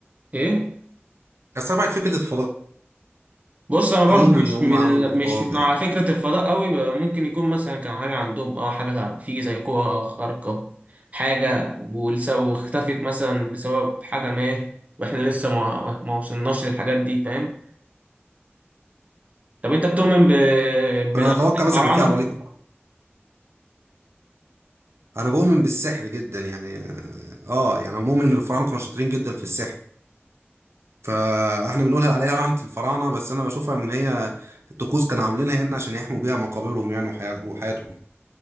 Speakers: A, on the right; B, on the right.
A: ايه
B: استبعد فكره الفضائيين
A: بص انا برضو
B: اللي
A: مش
B: هم
A: من
B: عملوا
A: ال-
B: الحوار
A: مش مع
B: ده يعني
A: فكره الفضاء قوي بقى ممكن يكون مثلا كان حاجه عندهم اه حاجه في زي قوه خارقه حاجه والس- واختفت مثلا بسبب حاجه ما واحنا لسه ما ما وصلناش للحاجات دي فاهم طب انت بتؤمن ب... بلعنه
B: انا اتوقع
A: الفراعنه
B: مثلا كان في عمالقه انا بؤمن بالسحر جدا يعني اه يعني أنا مؤمن ان الفراعنه كانوا شاطرين جدا في السحر فاحنا بنقولها عليها لعنه الفراعنه بس انا بشوفها ان هي الطقوس كانوا عاملينها يعني عشان يحموا بيها مقابرهم يعني وحيا- وحياتهم